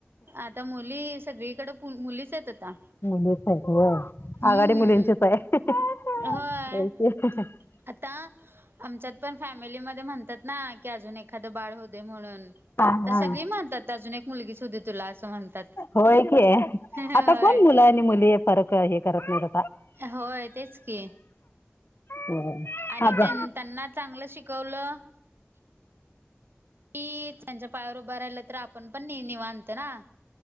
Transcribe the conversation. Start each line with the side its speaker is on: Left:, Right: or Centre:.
Right: आता मुली सगळीकड पु मुलीच आहेत आता.
Left: मुलीच हायत व्हय
Right: हम्म
Left: आघाडी मुलींचीच आहे
Right: होय
Left: <unintelligible>
Right: आता आमच्यात पण फॅमिलीमध्ये म्हणतात ना की आजून एखाद बाळं होऊ दे म्हणून
Left: हा
Right: तर
Left: हा
Right: सगळी म्हणतात अजून एक मुलगीच होऊ दे तुला असं म्हणतात.
Left: होय की
Right: होय
Left: आता कोण मुलं आणि मुली फरक हे करत नाही.
Right: होय तेच की
Left: होय
Right: आणि
Left: आजा
Right: त्यां त्यांना चांगलं शिकवलं की त्यांच्या पायावर उभा राहिलं तर आपण पण नि निवांत ना.